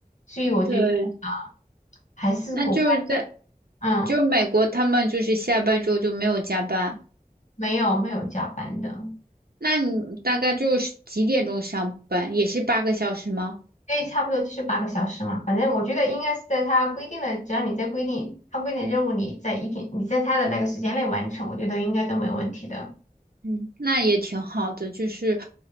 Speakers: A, on the left; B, on the right.
A: 所以我觉得啊，
B: 对，
A: 还是国外，
B: 那就是在
A: 嗯，
B: 就是美国，他们就是下班之后就没有加班。
A: 没有没有加班的，
B: 那你大概就是几点钟上班？也是八个小时吗？
A: 所以差不多就是八个小时嘛，反正我觉得应该是在他规定的，只要你在规定他规定的任务，你在一天你在他的那个时间内完成，我觉得应该都没有问题的。
B: 嗯，那也挺好的，就是